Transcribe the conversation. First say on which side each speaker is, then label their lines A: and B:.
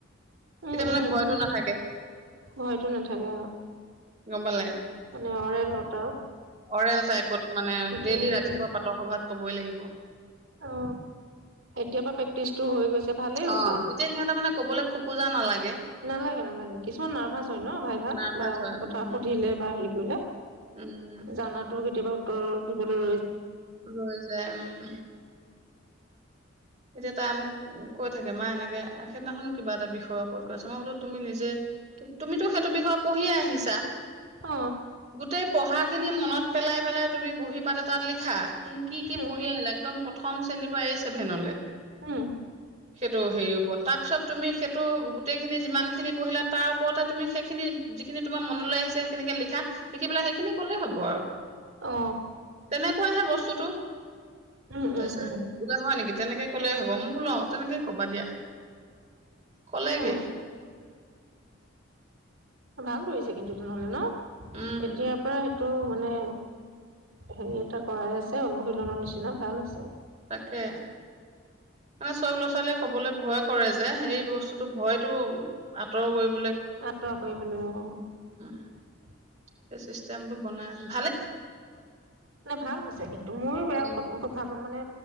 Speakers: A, on the right; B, on the right.
A: তেতিয়া
B: উম
A: মানে
B: উম
A: ভয়তটো
B: উম
A: নাথাকে।
B: ভয়তো নাথাকে
A: গমপালায়
B: নেওৰে লততে <unintelligible>
A: অৰেল টাইপত মানে ডেইলি
B: উম
A: ৰাতিপুৱা
B: উম
A: প্ৰাতঃ সভাত কবই লাগিব
B: অ এতিয় পৰা প্ৰেক্টিচটো হৈ গৈছে ভালেই
A: অ
B: হৈছে
A: তেতিয়া সিহঁতে মানে কবলৈ খোকোজা নালাগে।
B: নালাগে নালাগে কিছুমান নাৰ্ভাচ হয় ন ভাইভাত
A: নাৰ্ভাচ
B: বা
A: হয়
B: কথা
A: উম
B: সুধিলে বা হেৰি কৰিলে
A: উম
B: জানাতো কেতিয়াবা গা ধুবলৈ
A: বৈ যায় উম এতিয়া তাই মোক কৈ থাকে মা এনেকে সেইদিনাখনো কিবা এটা বিষয়ৰ ওপৰত কৈ আছ মই বোলো তুমি নিজে তুমিতো সেইটো বিষয়ে পঢ়িয়ে আহিছা
B: অ
A: গোটেই পঢ়া খিনি মনত পেলাই পেলাই তুমি বহী পাত এটাত লিখা তুমি কি
B: উম
A: পঢ়ি আহিলা একেবাৰে প্ৰথম শ্ৰেণীৰ পৰা এ চছেভেনলৈ
B: উম
A: সেইটো হেৰিৰ ওপৰত তাৰিছ তুমি সেইটো গোটেইখিনি যিমান খিনি পঢ়িলা তাৰ ওপৰতে তুমি সেইখিনি যিখিনি তোমাৰ মনলৈ আহিছে সেইখিনিকে লিখা দেখি পেলাই সেইখিনি কলেই হ'ব আৰু
B: অ
A: তেনেকুৱাহে বস্তু যিটো
B: উম উম
A: তাৰ
B: উম
A: পাছত <unintelligible> তেনেকে কলে হ'ব মই বোলও তেনেকে ক'বা দিয়া কলেগে
B: অ ভাল কৰিছে কিন্তু তেনেহলে ন।
A: উম
B: এতিয়াৰ পৰাই টো মানে হেৰি এটা কৰাই আছে অনুশীলনৰ নিচিনা ভাল হৈছে।
A: তাকে মানে চব ল'ৰা ছোৱালীয়ে কবলৈ ভয় কৰে যে এই বস্তুতটো ভয়তটো আঁতৰ কৰিব
B: আঁতৰ কৰিব লাগিব অ।
A: উম, সেই চিষ্টেম টো বনাই আছে।
B: মানে ভাল হৈছে কিন্তু মোৰো বেয়া
A: উম
B: ভাবা মানে